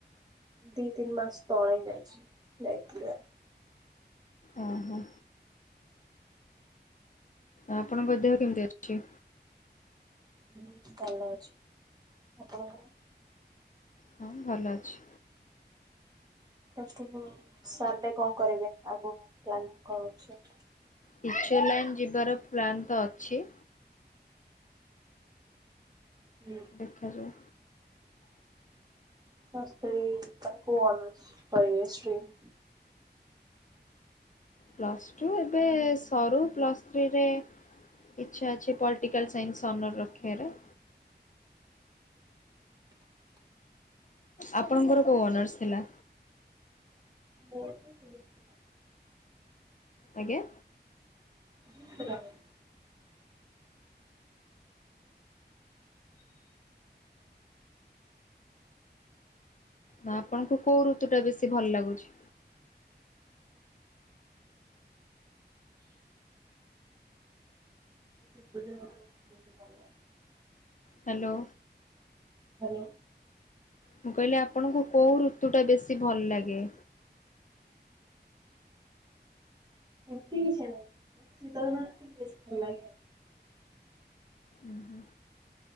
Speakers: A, on the right; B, on the left.
A: ଦି ତିନ ମାସ ତଳେ ଯାଇଛି ଯାଇଥିଲି ଆ
B: ଓ ହୋ। ଆପଣଙ୍କ ଦେହ କେମିତି ଅଛି?
A: <unintelligible> ଭଲ ଅଛି। ଆପଣଙ୍କର?
B: ହଁ ଭଲ ଅଛି।
A: ପ୍ଲସ ଟୁ ପ ସରିଲେ କଣ କରିବେ ଆଗକୁ ପ୍ଲାନିଙ୍ଗ କଣ ଅଛି?
B: ଟିଚର୍ ଲାଇନ୍ ଯିବାର ପ୍ଲାନ୍ ତ ଅଛି।
A: ଉଁ
B: ଦେଖାଯାଉ।
A: ପ୍ଲସ ଥ୍ରି ପରେ କଉ ଅନର୍ଷ କରିବେ ଷ୍ଟ୍ରିମ୍?
B: ପ୍ଲସ୍ ଟୁ ଏବେ ସରୁ ପ୍ଲସ୍ ଥ୍ରୀରେ ଇଚ୍ଛା ଅଛି ପଲଟିକାଲ ସାଇନ୍ସ ଅନର ରଖିଆରେ। ଆପଣଙ୍କର କୋଉ ଅନର୍ସ ଥିଲା?
A: ମୋର ଫିଜିକ୍ସ ଥିଲା।
B: ଆଜ୍ଞା।
A: <unintelligible>
B: ନା ଆପଣଙ୍କୁ କୋଉ ଋତୁ ଟା ବେଶି ଭଲ ଲାଗୁଛି?
A: ଶିତ ଦିନ ଟା କ ଭଲ ଲାଗେ
B: ହାଲୋ।
A: ହାଲୋ।
B: ମୁଁ କହିଲି ଆପଣଙ୍କୁ କୋଉ ଋତୁ ଟା ବେଶି ଭଲ ଲାଗେ?
A: ସେମିତି କିଛି ନାହିଁ ବାକି ଶୀତ ଦିନ ଟା ଟିକେ ବେଶି ଭଲ ଲାଗେ ଆଉ
B: ଉଁ ହୁଁ।